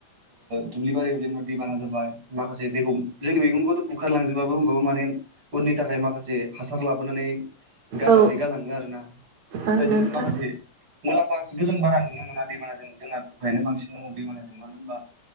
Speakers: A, on the right; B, on the right.
A: दुब्लि बारियाव जेनेबा दैबाना जाबाय माखासे दैखौ जोंनि मैगंखौथ' बुखारलांजोब बाबो माने उननि थाखाय माखासे हासार लाबोनानै गारनानै
B: औ
A: गालाङो आरो ना।
B: ओ
A: बेबायदिनो
B: नोंथां
A: माखासे मुलाम्फाखौथ' जों बारा नुनो मोना दैमाना जों जोंना खहायानो बांसिन दङ दैबानाजों मानो होनोबा